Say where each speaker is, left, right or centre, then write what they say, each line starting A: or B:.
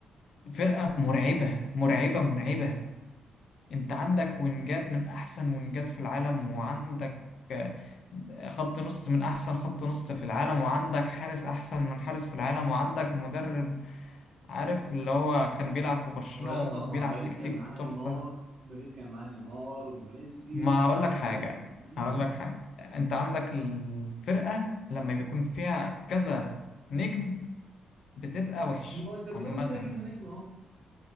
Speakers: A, on the left (about 60°); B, on the right (about 60°).
A: فرقة مرعبة مرعبة مرعبة انت عندك وينجات من احسن وينجات في العالم وعندك آه، خط نص من احسن خط نص في العالم وعندك حارس احسن من حارس في العالم وعندك مدرب عارف اللي هو كان بيلعب في برشلونة
B: هو يا اسطى
A: وبيلعب
B: ما هو باريس
A: تكتيك
B: كان معاها
A: تحفة
B: نيمار باريس كان معاها نيمار وميسي
A: ما
B: ومش
A: اقول
B: عارف
A: لك
B: مين
A: حاجة
B: ومين
A: هقول لك حاجة انت عندك الفرقة لما بيكون فيها كذا نجم بتبقى وحش
B: ما هو انت بتقول
A: عامة
B: لي فيها
A: يعني
B: كذا نجم اهو